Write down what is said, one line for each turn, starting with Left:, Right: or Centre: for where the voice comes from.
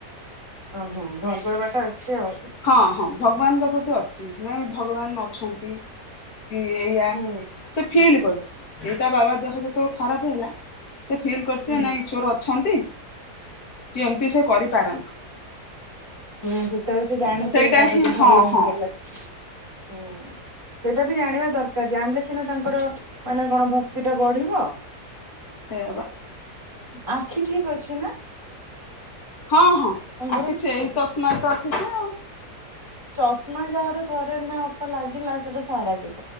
Right: ଓହୋ ଘର ପାଇବା ଟା ଅଛି ଆଉ
Left: ହଁ ହଁ ଭଗବାନଙ୍କ ପ୍ରତି ଛି। ନାଇଁ ଭଗବାନ ଅଛନ୍ତି। କି ଏଇଆ
Right: ହୁଁ
Left: ସେ ଫିଲ୍ କରୁଚି ଏଇ ତା ବାବା ଦେହ ଯେତେବେଳେ ଖରାପ ହେଲା ସେ ଫିଲ୍ କରିଚି
Right: ହୁଁ
Left: ନାଇଁ ଈଶ୍ୱର ଅଛନ୍ତି। କି ଏମତି ସେ କରିପାରନ୍ତି।
Right: ହୁଁ ସେତେବେଳେ ସେ ଜାଣିଥିବେ
Left: ତ ସେଇଟା
Right: ବାବା
Left: ହିଁ
Right: ଯଉ ଭଲ
Left: ହଁ
Right: ହେଇଗଲେ
Left: ହଁ
Right: ହୁଁ। ସେଇଟା ବି ଜାଣିବା ଦରକାର, ଜାଣିଲେ ସିନା ତାଙ୍କର ମାନେ କଣ ଭକ୍ତି ଟା ବଢିବ। <inaudible>
Left: ସେଇୟା ପା।
Right: ଆଖି ଠିକ ଅଛି ନା?
Left: ହଁ ହଁ
Right: ତାଙ୍କର
Left: ଆଖିଠି ଏଇ ଚଷମା ତ ଅଛି ସେ ଆଉ।
Right: ଚଷମା ଯାହାର ଥରେ ନା ଅପା ଲାଗିଲା ସେଟା ସାରା ଯିବ